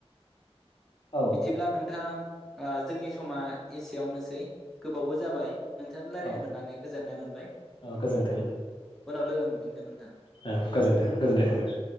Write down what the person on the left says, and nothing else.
औ
औ
औ गोजोन्थों
औ गोजोन्थों गोजोननाय थाबाय।